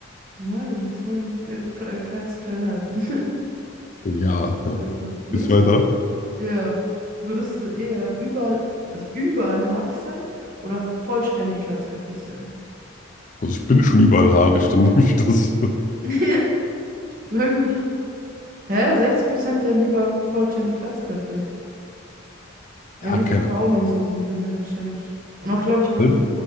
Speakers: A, on the right (about 45°); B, on the left (about 40°).
A: Na gut, wollen wir den Ge- Kre- Kreis klein halten. <laughs>
B: Ja, ja.
A: Äh, Würdest
B: Geht's weiter?
A: Ja. Würdest du eher überall, also überall haarig sein oder vollständig glatzköpfig sein?
B: Also ich bin schon überall haarig, dann <laughs> nehme ich das. <laughs>
A: <laughs> Na gut. Hä? 60% werden lieber vollständig glatzköpfig. Ja
B: Ja,
A: gut,
B: keine
A: die Frauen und so sind, würden halt wahrscheinlich. Und auch, glaube ich, auch viele,
B: Ahnung.